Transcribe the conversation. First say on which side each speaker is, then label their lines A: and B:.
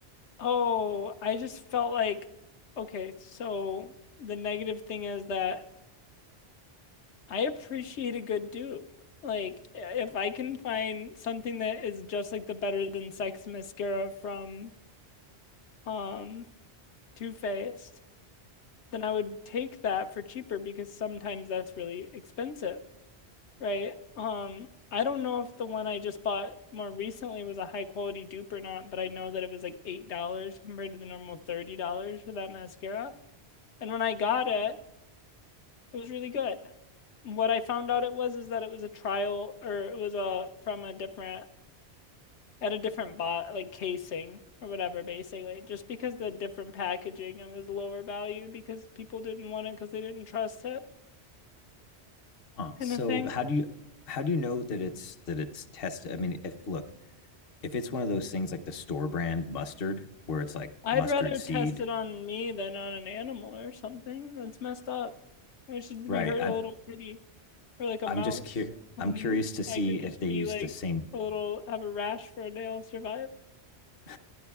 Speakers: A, on the left (about 85°); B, on the left (about 60°).
A: Oh, I just felt like okay, so the negative thing is that I appreciate a good dupe. Like if I can find something that is just like the Better Than Sex mascara from um Too Faced then I would take that for cheaper because sometimes that's really expensive, right? Um, I don't know if the one I just bought more recently was a high quality dupe or not, but I know that it was like $8 compared to the normal $30 for that mascara. And when I got it, it was really good. What I found out it was is that it was a trial or it was a from a different at a different bot like casing or whatever basically just because the different packaging it was lower value because people didn't want it because they didn't trust it
B: Huh.
A: kind
B: So
A: of thing.
B: how do you how do you know that it's that it's tested? I mean, if look, if it's one of those things like the store brand mustard where it's like
A: I'd
B: mustard
A: rather
B: seed,
A: test it on me than on an animal or something. That's messed up. Why should
B: right?
A: we hurt
B: I,
A: a little kitty or like a
B: I'm
A: mouse
B: just cur-
A: when
B: I'm curious to see
A: I could
B: if
A: just
B: they
A: be
B: use
A: like
B: the same.
A: a little have a rash for a day, I'll survive.
B: <laughs>